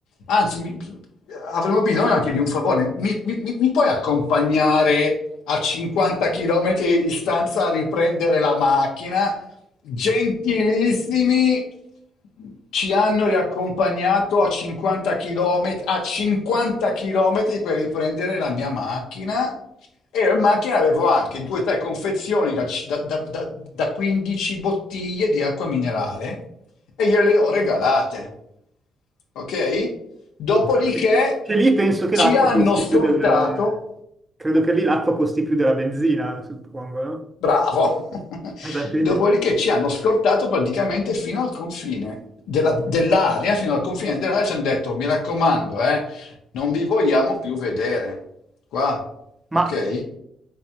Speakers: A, on the left (about 85°); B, on the right (about 20°).
A: Anzi, mi- avremo bisogno anche di un favore. Mi, mi- mi- mi puoi accompagnare a 50 km di distanza a riprendere la macchina? Gentilissimi, ci hanno riaccompagnato a 50 km, a 50 km per riprendere la mia macchina. E in macchina avevo anche due o tre confezioni da, c- da- da- da- da 15 bottiglie di acqua minerale e gliele ho regalate. Ok? Dopodiché
B: Che, che lì penso che
A: ci
B: l'acqua
A: hanno
B: costi
A: scortato,
B: più del... Credo che lì l'acqua costi più della benzina, suppongo, no?
A: bravo, <laughs>
B: Alla fine-
A: dopodiché ci hanno scortato praticamente fino al confine della- dell'area, fino al confine dell'area ci hanno detto, mi raccomando, eh, non vi vogliamo più vedere qua,
B: Ma,
A: ok?